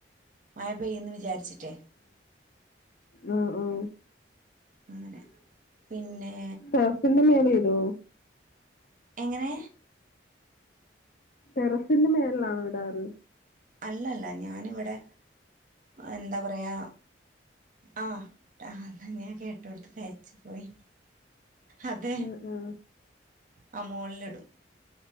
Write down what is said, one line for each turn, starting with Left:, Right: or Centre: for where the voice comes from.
Right: മായ പൈയും എന്ന് വിചാരിച്ചിട്ടേ.
Left: ആ ആ
Right: അങ്ങനെ പിന്നെ
Left: ടെറസിന്റെ മേലെ ഇടോ?
Right: എങ്ങനെ?
Left: ടെറസിന്റെ മേളിലാണോ ഇടാറ്.
Right: അല്ലല്ല. ഞാനിവിടെ എന്താ പറയാ ആ ടാ എന്ന ഞാൻ കേട്ടോടുത്ത് പെയച്ചു പോയി. അതെ
Left: ഉ ഉ
Right: ആ മോളിലിടും.